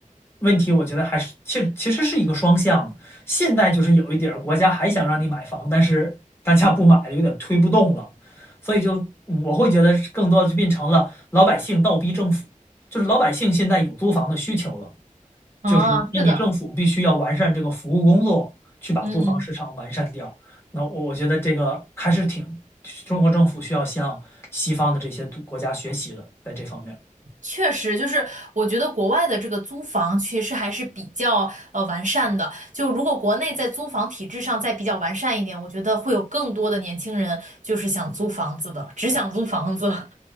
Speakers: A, on the left; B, on the right.
A: 问题，我觉得还是其实其实是一个双向的。现在就是有一点儿国家还想让你买房，但是大家不买了，有点推不动了，所以就嗯我会觉得是更多的就变成了老百姓倒逼政府，就是老百姓现在有租房的需求了，
B: 啊，
A: 就是那你政府必须要完善这个服务工作，
B: 是的，
A: 去把租房市场完善掉。
B: 嗯。
A: 那我我觉得这个还是挺中国政府需要向西方的这些国家学习的，在这方面。
B: 确实，就是我觉得国外的这个租房其实还是比较呃完善的。就如果国内在租房体制上再比较完善一点，我觉得会有更多的年轻人就是想租房子的，只想租房子。<laughs>